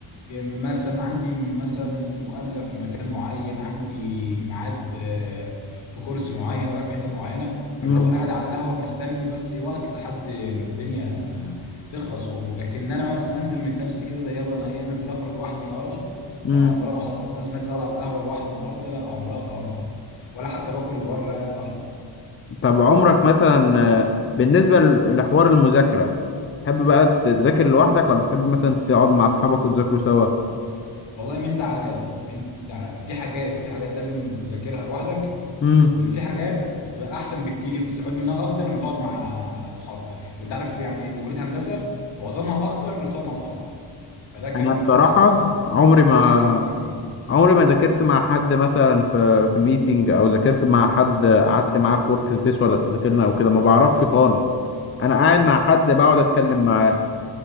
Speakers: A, on the left; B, on the left.
A: مثلا عندي مثلا مقابلة في مكان معين عندي ميعاد آه، في كورس معين رايح في حتة معينة فاللي
B: امم
A: هو قاعد على القهوة مستني بس إيه وقت لحد ما الدنيا تخلص واقوم لكن انا مثلا انزل من نفسي كده ده يلا انا ايه انزل اخرج لوحدي النهارده
B: امم
A: لا عمرها ما حصل او مثلا نازل اقعد على القهوة لوحدي النهارده لا عمرها طبعا ما حصل ولا حتى باكل بره يعني لوحدي
B: طب عمرك مثلا آه، بالنسبة ل- لحوار المذاكرة تحب بقى تذاكر لوحدك ولا تحب مثلا تقعد مع أصحابك وتذاكروا سوا؟
A: والله من ده على ده من ده على ده في حاجات في حاجات لازم تذاكرها لوحدك
B: امم
A: واللي في حاجات بتبقى احسن بكتير بتستفاد منها اكتر لما تقعد مع اصحابك وانت عارف يعني ان كليه هندسه معظمها اكتر انك تقعد مع اصحابك فده كان
B: أنا بصراحة
A: كانت
B: عمري
A: كانت
B: ما
A: من احسن المذاكره يعني
B: عمري ما ذاكرت مع حد مثلا في في ميتنج أو ذاكرت مع حد قعدت معاه في ورك سبيس ولا ذاكرنا أو كده ما بعرفش خالص أنا قاعد مع حد بقعد أتكلم معاه